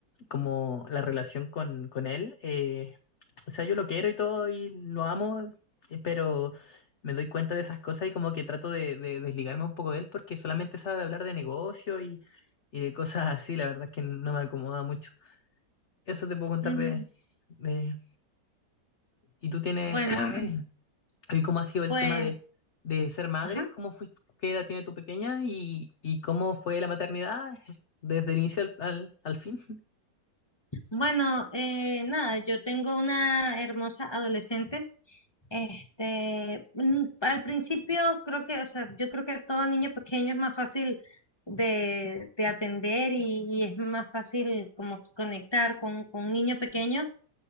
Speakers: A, on the left (about 55°); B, on the left (about 20°).
A: como la relación con, con él. eh, o sea, yo lo quiero y todo y lo amo, eh, pero me doy cuenta de esas cosas y como que trato de, de desligarme un poco de él porque solamente sabe hablar de negocio y, y de cosas así, la verdad es que no me acomoda mucho. Eso te puedo contar
B: Mm,
A: de... de- ¿Y tú tienes...
B: bueno,
A: <clears throat>
B: pues,
A: ¿Y cómo ha sido el
B: pues,
A: tema de, de ser madre?
B: ajá.
A: ¿Cómo fuiste, qué edad tiene tu pequeña y, y cómo fue la maternidad <laughs> desde el inicio al, al, al fin?
B: Bueno, eh, nada, yo tengo una hermosa adolescente Este, mm, al principio creo que, o sea, yo creo que a todo niño pequeño es más fácil de, de atender y, y es más fácil como que conectar con, con un niño pequeño